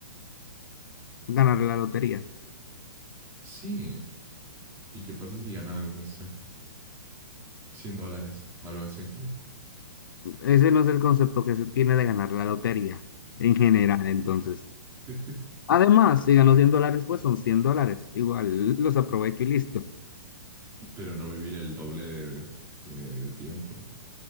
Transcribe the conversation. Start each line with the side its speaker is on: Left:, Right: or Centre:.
Left: ganar la lotería.
Right: Sí. ¿Y qué pasa si ganas, no sé? cien dólares o algo así.
Left: Ese no es el concepto que se tiene de ganar la lotería en general, entonces.
Right: <laughs>
Left: Además, si gano 100 dólares, pues son 100 dólares. Igual los aprovecho y listo.
Right: Pero no vivir el doble de, de- de tiempo.